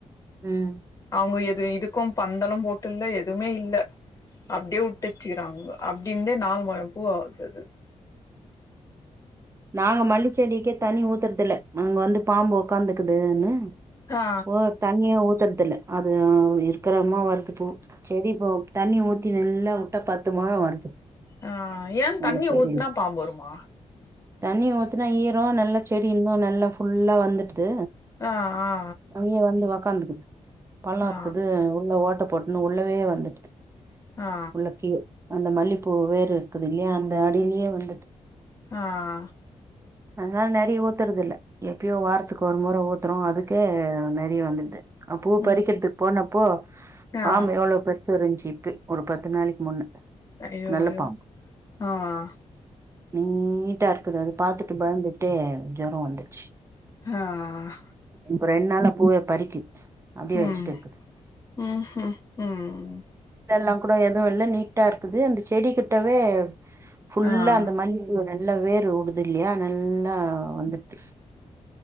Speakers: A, on the right; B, on the left.
A: உம்
B: அவுங்க எது இதுக்கு பந்தலும் போட்டு இல்ல எதுமே இல்ல அப்டியே வுட்டுச்சுக்கிறாங்க அப்டிந்தே நாலு மொழம் பூ ஆவுது அது
A: நாங்க மல்லிச்செடிக்கே தண்ணி ஊத்துறதில்ல அங்க வந்து பாம்பு ஒக்காந்துக்குதுன்னு
B: ஆ
A: போ தண்ணியா ஊத்தற தில்ல அது அஹ இருக்கு இருக்கிரம்மா வரது பூ திபோ தண்ணி ஊத்தின்ணு நல்லா வுட்டா பத்து மொழம் வருது
B: ஆஹ் ஏ
A: எங்க
B: தண்ணி
A: செடில
B: ஊத்துனா பாம்பு வருமா
A: தண்ணி ஊத்துனா ஈரம் நல்லா செடி இன்னு நல்லா ஃபுல்லா வந்துட்டு
B: ஆ ஆ
A: து துனிய வந்து உக்காந்துக்குது பழம்
B: ஆ
A: இக்குது உள்ள ஓட்ட போட் போட்டுன்னு உள்ளவே வந்துடுது
B: ஆ
A: உள்ளக்கயே அந்த மல்லிைப்பூ வேறு இருக்குதில்லையா அந்த அடியிலயே வந்துட்டு
B: ஆஹ்
A: அனால நெறைய ஊத்துறதில்ல எப்யோ வாரத்துக்கு ஒரு மெற ஊத்துறோம் அதுக்கே நெறைய வந்துட்டு அ பூ
B: ம்
A: பறிக்கிறதுக்கு போனப் போ
B: ஆ
A: பாம்பு எவ்ளோ பெருசு இருஞ்சு இக்கு ஒரு பத்து நாளிக்கு முன்ன
B: ஐயோ
A: நல்ல
B: ஐயோ
A: பாம்பு
B: ஆஹ்
A: நீட்டா இருக்குது அது பாத்துட்டு பயந்துட்டு ஜொரம் வந்துட்ச்சு
B: ஆஹ்
A: இப்ப ரெண்டு நாளா பூவே பறிக அப்படியே
B: ம்
A: வெச்சுட்ட
B: ம் ம் ம்
A: எல்லா கூட எதுவு இல்ல நீட்டா இருக்குது அந்த செடி செடி கிட்டவே ஃபுல்லா
B: ஆ
A: அந்த மல்லி பூவ எல்லா வேர் உடுது இல்லியா நல்லா ஆஹ் வந்துருச்சு